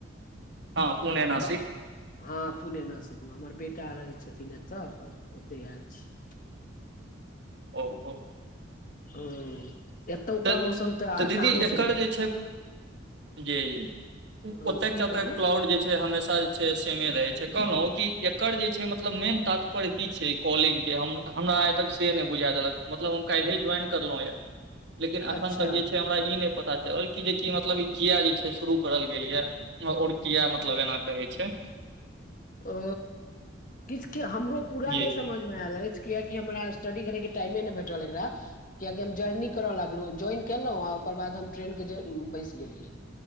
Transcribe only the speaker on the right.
हँ पुणे
नासिक
ओ, ओ
तऽ
तऽ
दीदी एकर
जे छै जी, जी। उ
ओतेक
चते
क्लाउड जे छै हमेशा छै सेमे रहे छै, कहलहुँ कि एकर जे छै मतलब मेन तात्पर्य की छैय कॉलिंग के हम- हमरा आइ तक से नहि बुझा देलक मतलब हम काल्हिये ज्वाइन करलहुॅंयए लेकिन अखन
तक जे छै हमरा ई नहि पता चलल- जे कि मतलब ई किया जे छै शुरू करल गेल यए और किया मतलब एना कहै छै?
जी